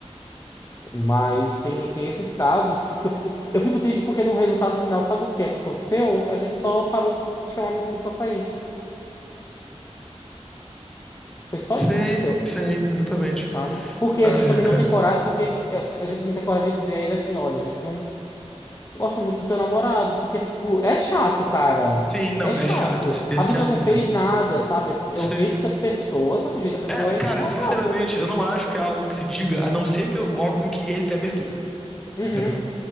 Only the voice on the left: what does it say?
Mas tem, tem esses casos que eu fico, eu fico triste porque no resultado final, sabe o que é que aconteceu? A gente só parou de de chamar nosso amigo pra sair. Foi só
isso que aconteceu.
sabe? Porque
a gente
também
não tem coragem, porque é, a gente não tem coragem de dizer a ele assim, olha, a gente não gosta muito do teu namorado, porque pô, é chato, cara.
É chato.
A
pessoa não fez
nada, sabe? A pessoa-
É o jeito da pessoa, só que o jeito da pessoa
é insuportável.
Uhum,